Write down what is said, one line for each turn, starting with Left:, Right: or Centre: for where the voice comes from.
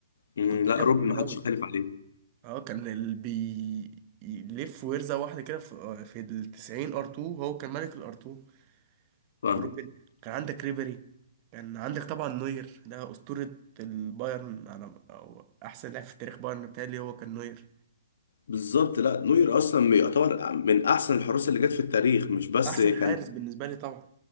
Left: مم،
Right: كنت
Left: لا
Right: بحب
Left: روبن
Right: روبن
Left: ما حدش
Right: قوي
Left: يختلف عليه
Right: اه كان اللي بيلف ويرزع واحده كده في, آه، في ال 90 ار 2 هو كان ملك الار 2
Left: فاهم
Right: وروبن كان عندك ريبيري كان عندك طبعا نوير ده أسطورة البايرن على أو أحسن لاعب في تاريخ بايرن بتهيألي هو كان نوير
Left: بالظبط لا نوير اصلا يعتبر من احسن الحراس اللي جت في التاريخ مش بس
Right: أحسن
Left: كان
Right: حارس بالنسبة لي طبعا